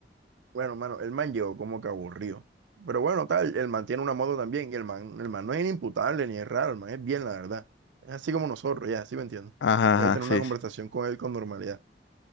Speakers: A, on the right; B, on the left.
A: Bueno, mano, el man llegó como que aburrido. Pero bueno, tal, el man tiene una moto también, y el man, el man no es inimputable ni es raro, el man es bien, la verdad. Es así como nosotros, ya, así me entiendo.
B: Ajá,
A: Puedes
B: ajá.
A: tener
B: Sí.
A: una conversación con él con normalidad.